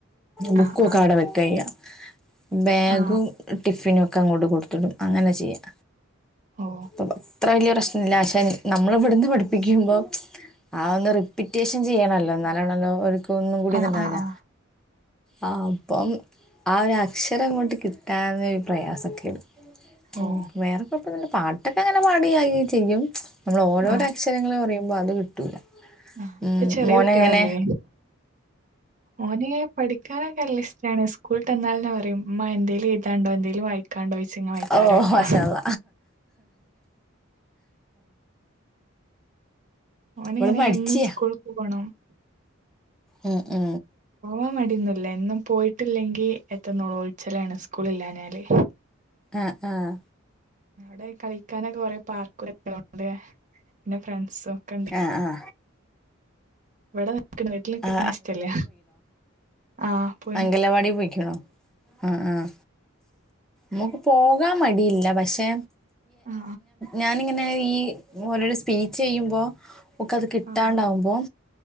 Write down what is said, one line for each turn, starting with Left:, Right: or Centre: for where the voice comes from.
Centre: ബുക്കൊക്കെടെ
Right: ആ ആ
Centre: വെക്കുകയ്യ ബാഗും
Right: ആ
Centre: ടിഫിനും ഒക്കെ അങ്ങോട്ട് കൊടുത്തിടും അങ്ങനെ ചെയ്യാം
Right: ഓ
Centre: അപ്പ അത്ര വലിയ പ്രശ്ന ഇല്ല പക്ഷെ നമ്മള ഇവിടുന്ന് പഠിപ്പിക്കുമ്പോ ആ ഒന്ന് റിപ്പീറ്റേഷൻ ചെയ്യണല്ലോ നല്ലോണല്ലോ ഒരിക്കും ഒന്നും കൂടി
Right: ആ
Centre: ഇത്ണ്ടാവില്ല
Right: ആ ആ
Centre: ആ അപ്പം ആ ഒരു അക്ഷര ഇങ്ങോട്ട് കിട്ടാന്നരു പ്രയാസംൊക്കെ ഇടും ഉ
Right: ഓ
Centre: വേറെക്കഴപ്പന്ന പാട്ടൊക്കെ അങ്ങനെ പാടുകായിയും ചെയ്യും നമ്മൾ ഓരോര
Right: ആ
Centre: അക്ഷരങ്ങൾ പറയുമ്പോ അത് കിട്ടൂല
Right: ആ
Centre: ഉം.
Right: ഇപ്പൊ ചെറിയ
Centre: മോനങ്ങനെ
Right: കുട്ടികളല്ലേ ഓന പഠിക്കാനൊക്കെല്ല ഇഷ്ട്ടാ ണ് സ്കൂളിൽ തന്നാല പറയുംമ്മ എന്തേലും താണ്ടോ എന്തേലുംയിക്കാണ്ടോ ങ്ങ വത്താര
Centre: ഓ
Right: എടുക്കും
Centre: മാഷാല്ല
Right: ഓൻ
Centre: ഇവിടെ
Right: ഇങ്ങനെ
Centre: മടിച്ചിയാ
Right: എന്ന സ്കൂൾക്ക് പോണം
Centre: ഉഹ ഉ
Right: അ മടന്നല്ല എന്നും പോയിട്ടില്ലെങ്കി എത്ത നോലോൽച്ചലാണ് സ്കൂള ഇല്ലങ്കി
Centre: ആഹ ആഹ
Right: ടെ കളിക്കാനൊക്കെ കൊറെേ പാർക്കുംക്കണ്ട് പിന്നെ ഫ്രണ്ട്സും ഒക്കെ ഉണ്ട്
Centre: ആഹ ആഹ
Right: ഇവിടെ നിക്കണ വീട്ടിൽ നിക്കണ
Centre: ആ,
Right: ഇഷ്ടല്ല ആ പോയിണ്
Centre: അംഗലവാടി പോയിക്കണോ ആ ആഹ നമുക്ക് പോകാൻ മടിയില്ല പക്ഷെ
Right: ആ
Centre: ഞാൻ ഇങ്ങനെ ഈ ഓരോരു സ്പീച്ച് ചെയ്യുമ്പോ ഒക്ക അത് കിട്ടാണ്ടാാവുമ്പോൾ
Right: ആ ആ